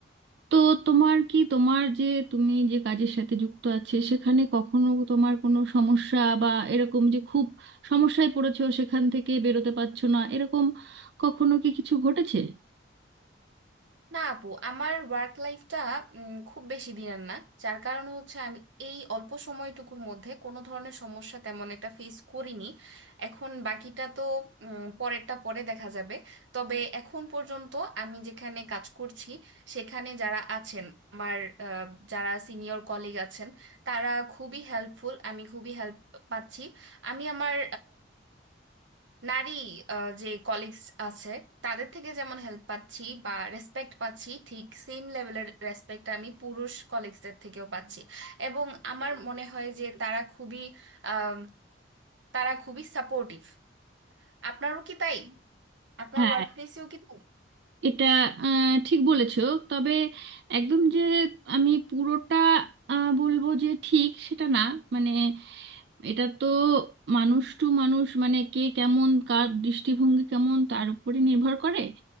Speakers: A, on the right (about 60°); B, on the right (about 80°).
A: তো তোমার কি তোমার যে তুমি যে কাজের সাথে যুক্ত আছে সেখানে কখনো তোমার কোনো সমস্যা বা এরকম যে খুব সমস্যায় পড়েছো সেখান থেকে বেরোতে পারছো না এরকম কখনো কি কিছু ঘটেছে
B: না আপু আমার ওয়ার্ক লাইফটা খুব বেশি দিনের না যার কারণে হচ্ছে আমি এই অল্প সময়টুকুর মধ্যে কোনো ধরনের সমস্যা তেমন একটা ফেস করিনি এখন বাকিটা তো উম, পরেরটা পরে দেখা যাবে তবে এখন পর্যন্ত আমি যেখানে কাজ করছি সেখানে যারা আছেন আমার আহ, যারা সিনিয়র কলিগ আছেন তারা খুবই হেল্পফুল আমি খুবই হেল্প পাচ্ছি আমি আমার নারী আহ, যে কলিগস আছে তাদের থেকে যেমন হেল্প পাচ্ছি বা রেসপেক্ট পাচ্ছি ঠিক সেম লেভেলের রেসপেক্ট আমি পুরুষ কলিগসদের থেকেও পাচ্ছি এবং আমার মনে হয় যে তারা খুবই আম, তারা খুবই সাপোর্টিভ আপনারও কি তাই আপনার
A: হ্যাঁ
B: ওয়ার্ক প্লেসেও কি তাই
A: এটা আহ, ঠিক বলেছো তবে একদম যে আমি পুরোটা আহ, বলবো যে ঠিক সেটা না মানে এটা তো মানুষ টু মানুষ মানে কে কেমন কার দৃষ্টিভঙ্গি কেমন তার উপরে নির্ভর করে